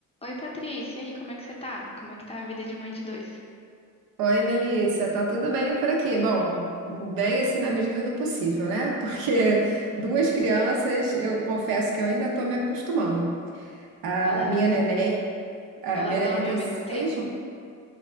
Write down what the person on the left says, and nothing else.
Oi, Patrícia, e aí, como é que você tá? Como é que tá a vida de mãe de dois?
Hum.
Elas,
elas
dormem
ao mesmo
tempo?